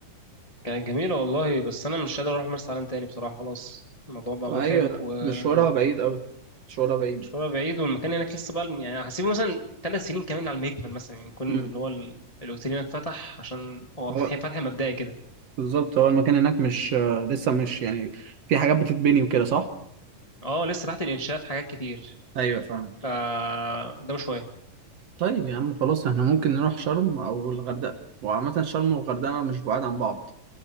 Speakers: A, on the left; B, on the right.
A: كانت جميلة والله بس أنا مش قادر أروح مرسى علم تاني بصراحة خلاص الموضوع بقى
B: ايوه
A: متعب ومشوارها
B: مشوارها بعيد قوي مشوارها بعيد
A: بعيد والمكان هناك لسه بقى يعني هسيبه مثلا ثلاث سنين كمان على المكمل مثلا يعني يكون
B: امم
A: اللي هو ال- الأوتيل هناك فتح عشان هو
B: هو
A: فتح فتح مبدئي كده
B: بالظبط هو المكان هناك مش آه، لسه مش يعني في حاجات بتتبني وكده صح
A: اه لسه تحت الإنشاء في حاجات كتير
B: ايوه فاهم
A: ف قدامه شوية
B: طيب يا عم خلاص احنا ممكن نروح شرم او الغردقه وعامه شرم والغردقه مش بعاد عن بعض